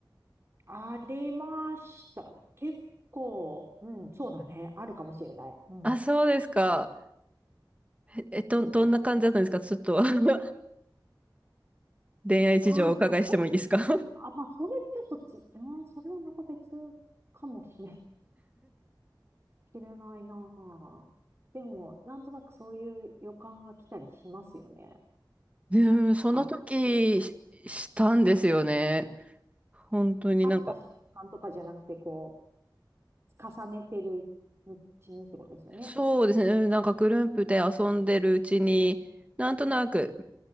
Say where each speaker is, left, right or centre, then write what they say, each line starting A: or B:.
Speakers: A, on the right; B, on the right.
A: ありました。結構、うん、そうだね。あるかもしれない。うん。
B: あ、
A: い
B: そうですか。え、えど、どんな感じだったんですかちょっと
A: や、
B: <laughs> 恋愛事情をお伺いしてもいいですか
A: ああ、いや、はい
B: <laughs> うん、
A: あ、まあ、それちょっとち、うん、それはまた別かもしれ、しれないな。でも、なんとなくそういう予感が来たりしますよね。
B: <laughs> でもその時し、
A: あ、
B: したんですよね。本当になんか、
A: 会った瞬間とかじゃなくて、こう、重ねてるうちにってことですよね。
B: そうですね。うんなんかグループで遊んでるうちに、なんとなく、